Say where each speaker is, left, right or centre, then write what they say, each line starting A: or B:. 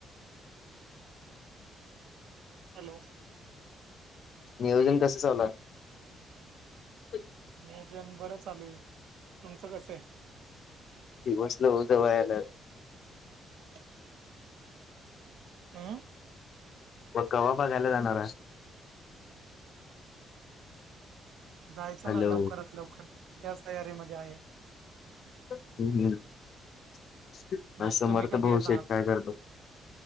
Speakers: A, on the right; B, on the left.
A: हॅलो.
B: नियोजन कसं चालूये? <inaudible>
A: नियोजन बरं चालूये, तुमचं कसं आहे?
B: <unintelligible>
A: <inaudible> अं.
B: म कवा बघायला जाणारा?
A: जायचं
B: हॅलो
A: ना लवकरात लवकर, त्याच तयारीमध्ये आहे.
B: हम हम.
A: मग
B: समर्थ
A: तुम्ही कधी
B: भाऊंशेठ
A: येत आहात
B: काय करतो,